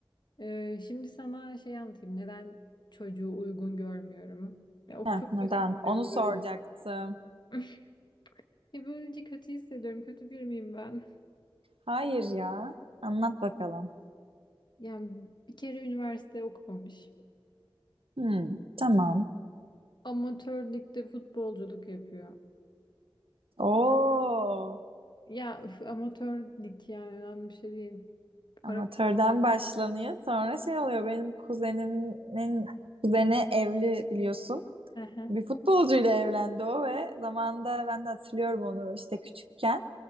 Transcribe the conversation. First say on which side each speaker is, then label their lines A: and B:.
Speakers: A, on the left; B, on the right.
A: Ee, şimdi sana şey anlatayım neden çocuğu uygun görmüyorum. Ya of
B: Heh,
A: çok
B: neden?
A: kötü hissediyorum
B: Onu soracaktım.
A: böyle. <laughs> Ya böylece kötü hissediyorum. Kötü bir miyim ben?
B: Hayır ya anlat bakalım.
A: Yani bir kere üniversite okumamış.
B: Hmm, tamam.
A: Amatör ligde futbolculuk yapıyor.
B: Oo,
A: Ya üf, amatör lig yani önemli bir şey değil.
B: amatörden
A: Para falan.
B: başlanıyor sonra şey oluyor benim kuzenimin kuzeni evli biliyorsun.
A: Ehe.
B: Bir futbolcuyla evlendi o ve zamanında ben de hatırlıyorum onu işte küçükken